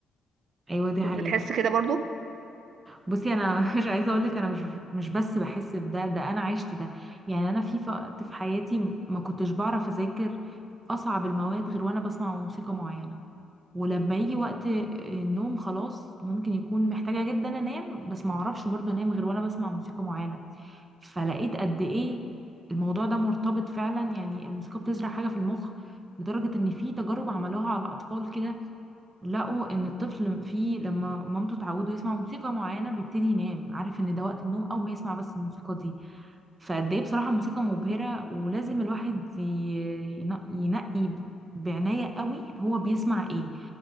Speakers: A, on the right; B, on the right.
A: ايوه دي حقيقة
B: انت بتحس كده برضو
A: بصي انا <laughs> مش عايزة اقول لك انا مش مش بس بحس بده ده انا عشت ده يعني انا في وقت في حياتي ما كنتش بعرف اذاكر اصعب المواد غير وانا بسمع موسيقى معينة ولما يجي وقت آه، النوم خلاص ممكن يكون محتاجة جدا انام بس ما اعرفش برضو انام غير وانا بسمع موسيقى معينة فلقيت قد ايه الموضوع ده مرتبط فعلا يعني الموسيقى بتزرع حاجة في المخ لدرجة ان في تجارب عملوها على اطفال كده لقوا ان الطفل فيه لما مامته تعوده يسمع موسيقى معينه بيبتدي ينام عارف ان ده وقت النوم او ما يسمع بس الموسيقى دي فقد ايه بصراحه موسيقى مبهره ولازم الواحد ي- ين- ينقي ب- بعنايه قوي هو بيسمع ايه